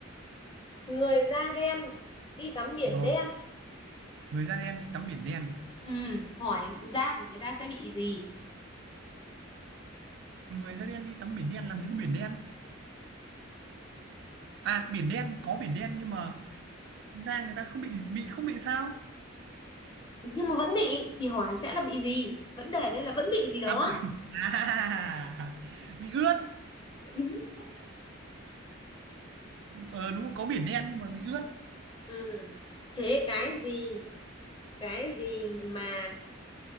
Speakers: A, on the left; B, on the right.
A: người da đen đi tắm biển
B: rồi
A: đen
B: người da đen đi tắm biển đen
A: Ừ, hỏi da của người ta sẽ bị gì?
B: người da đen đi tắm biển đen làm gì có biển đen à biển đen có biển đen nhưng mà da người ta không bị bị không bị sao
A: nhưng mà vẫn bị thì hỏi sẽ là bị gì vấn đề đây là vẫn bị gì đó
B: à, à, <laughs> bị ướt
A: Chính xác.
B: ờ đúng rồi, có biển đen nhưng mà bị ướt
A: ừ. thế cái gì cái gì mà